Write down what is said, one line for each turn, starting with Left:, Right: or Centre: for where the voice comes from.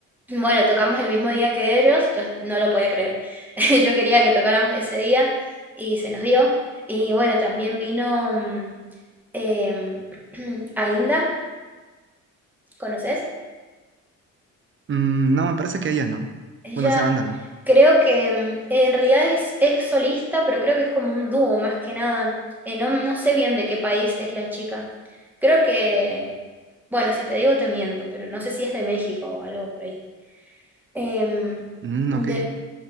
Centre: Bueno, tocamos el mismo día que ellos, yo no lo podía creer. <laughs> Yo quería que tocáramos ese día y se nos dio. Y bueno, también vino mm, em, <clears throat> Ainda, ¿conoces?
Right: Mm, no, me parece que ella no.
Centre: Ella
Right: Bueno, esa banda no.
Centre: creo que mm, en realidad es ex solista, pero creo que es como un dúo más que nada. Eh, no, no sé bien de qué país es la chica. Creo que, bueno, si te digo te miento, pero no sé si es de México o algo por ahí. Em,
Right: Mm,
Centre: de-
Right: ok.